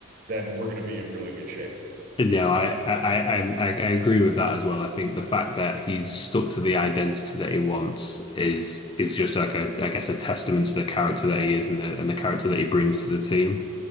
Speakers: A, on the right; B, on the left.
A: then we're going to be in really good shape.
B: No, I, I, I, i I agree with that as well. I think the fact that he's stuck to the identity that he wants is is just like a, I guess, a testament to the character that he is and the and the character that he brings to the team.